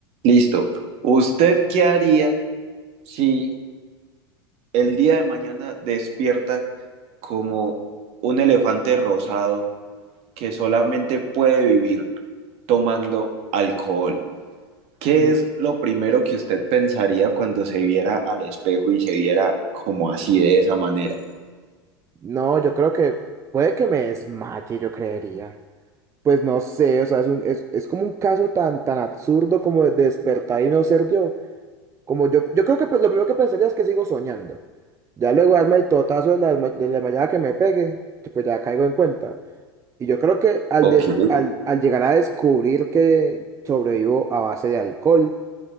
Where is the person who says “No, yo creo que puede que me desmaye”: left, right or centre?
Right